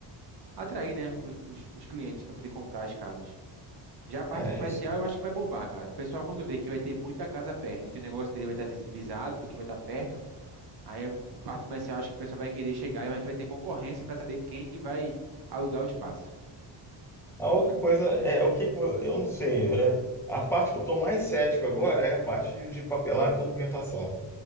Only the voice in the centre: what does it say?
é
isso.
A outra coisa é o que que vo- eu não sei. é, a parte que eu estou mais cético agora é a parte de papelada e documentação.